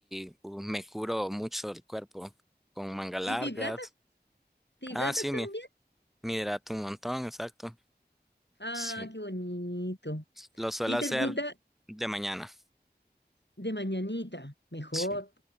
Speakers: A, in the centre; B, on the left.
A: y uh, me curo mucho el cuerpo con mangas
B: ¿Y
A: largas.
B: te hidratas? ¿Te hidratas
A: Ah, sí,
B: también?
A: mi Mi hidrato un montón, exacto.
B: Ah,
A: Sí,
B: qué bonito.
A: lo suelo
B: Y
A: hacer
B: te gusta
A: de mañana.
B: de mañanita, mejor.
A: Sí,